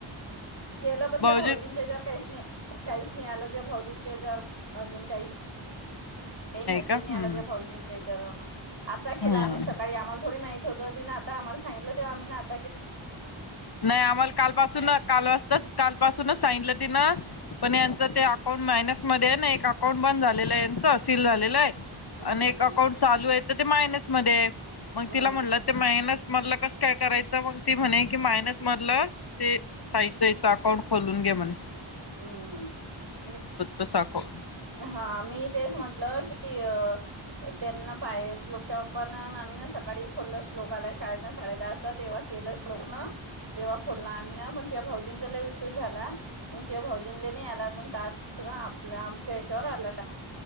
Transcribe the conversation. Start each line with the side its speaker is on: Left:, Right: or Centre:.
Right: केलं पण
Left: भाऊजी
Right: ते भाऊजींच्या याच्यावर काहीच नाही, काहीच नाही आलं. भाऊजींच्या ह्याच्यावर अजून काही काही मेसेज
Left: का
Right: नाही
Left: हम्म
Right: आला त्या भाऊजींच्या ह्याच्या तेरा हा आता केला
Left: हम्म
Right: आम्ही सकाळी, आम्हाला थोडी माहित सगळं तिनं आम्हाला सांगीतलं तेव्हा आम्ही नाथ
Left: नाही आम्हाला काल पासून, काल वाजता, काल पाासूनच सांगीतलं तिनं पण यांचं ते अकाउंट मायनसमध्ये नाही एक अकाउंट बंद झालेलं आहे, यांच सील झालेलं आहे.
Right: हम्म
Left: आणि एक
Right: हम्म
Left: अकाउंट चालू आहे तर ते मायनसमध्ये आहे, मग
Right: हम्म
Left: तिला म्हणलं ते मायनस म्हणलं कसं काय करायचं? तर मग ती म्हणे की मायनस मधलं ते, आईच एक अकाउंट खोलून घे. म्हण
Right: हम्म मी,
Left: तसं अकाउंट
Right: हा मी तेच म्हंटलं की अ त्यांना पाय श्लोकच्या ओपन आम्ही ना सकाळी खोलल, श्लोक आला शाळेतन साडे दहाजता तेव्हा केलं श्लोकन, तेव्हा खोललं आम्ही ना पण तेव्हा भाऊजींचा लई उशीर झाला. मग तुझ्या भाऊजींचा नाही आला अजून टास्क आपला, आमच्या ह्याच्यावर आलाय.